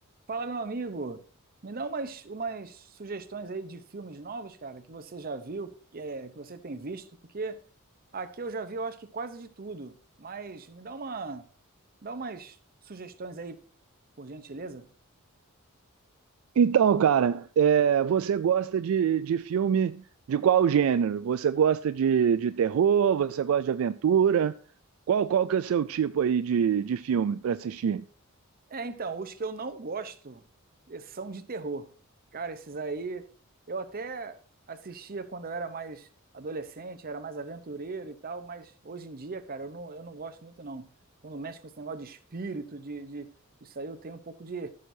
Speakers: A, on the right; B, on the right.
A: Fala, meu amigo. Me dá umas, umas sugestões aí de filmes novos, cara, que você já viu, que, é, que você tem visto, porque aqui eu já vi, eu acho que quase de tudo. Mas me dá uma, dá umas sugestões aí, por gentileza.
B: Então, cara, é, você gosta de, de filme de qual gênero? Você gosta de, de terror? Você gosta de aventura? Qual, qual que é o seu tipo aí de, de filme para assistir?
A: É, então, os que eu não gosto eh, são de terror. Cara, esses aí eu até assistia quando eu era mais adolescente, era mais aventureiro e tal, mas hoje em dia, cara, eu não, eu não gosto muito não. Quando mexe com esse negócio de espírito, de, de isso aí eu tenho um pouco de.